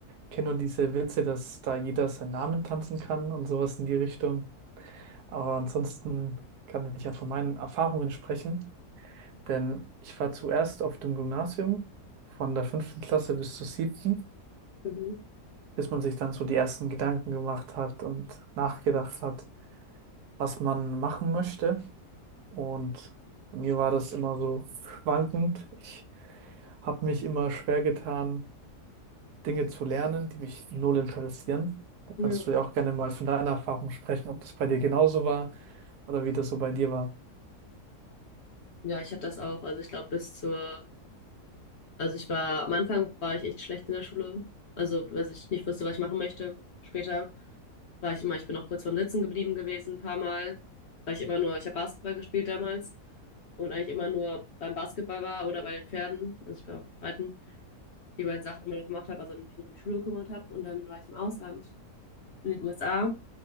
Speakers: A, on the right; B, on the left.
A: kenne nur diese Witze, dass da jeder seinen Namen tanzen kann und sowas in die Richtung. Aber ansonsten kann ich ja von meinen Erfahrungen sprechen, denn ich war zuerst auf dem Gymnasium von der fünften Klasse bis zur siebten,
B: Mhm.
A: bis man sich dann so die ersten Gedanken gemacht hat und nachgedacht hat, was man machen möchte. Und bei mir war das immer so schwankend. Ich habe mich immer schwer getan, Dinge zu lernen, die mich null interessieren. Da kannst
B: Ja.
A: du ja auch gerne mal von deiner Erfahrung sprechen, ob das bei dir genauso war oder wie das so bei dir war.
B: Ja, ich hatte das auch. Also ich glaube bis zur, also ich war, am Anfang war ich echt schlecht in der Schule. Also, als ich nicht wusste, was ich machen möchte. Später war ich immer, ich bin auch kurz vorm Sitzen geblieben gewesen, ein paar Mal, weil ich immer nur, ich habe Basketball gespielt damals und eigentlich immer nur beim Basketball war oder bei den Pferden. Also ich war auch reiten, die beiden Sachen immer nur gemacht habe, also mich nicht um die Schule gekümmert habe. Und dann war ich im Ausland, in den USA.